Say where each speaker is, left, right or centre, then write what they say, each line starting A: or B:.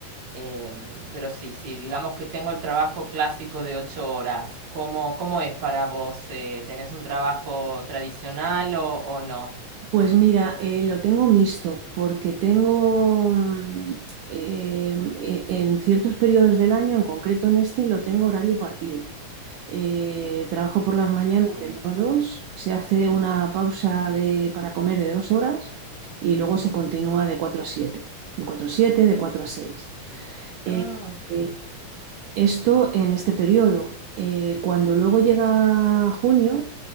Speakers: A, on the right (about 55°); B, on the right (about 80°).
A: Em, pero sí, sí, digamos que tengo el trabajo clásico de 8 horas. ¿Cómo, cómo es para vos? Eh, ¿tenés un trabajo tradicional o, o no?
B: Pues mira, eh, lo tengo mixto porque tengo mm, eh, e- en ciertos periodos del año, en concreto en este, lo tengo horario partido. Eh, trabajo por las mañanas
A: Ah, ¿cómo?
B: de 9 a 2. se hace una pausa de, para comer de dos horas y luego se continúa de 4 a 7. de 4 a 7, de 4 a 6. Eh,
A: Ah, ok.
B: eh, Esto en este periodo. Eh, cuando luego llega junio,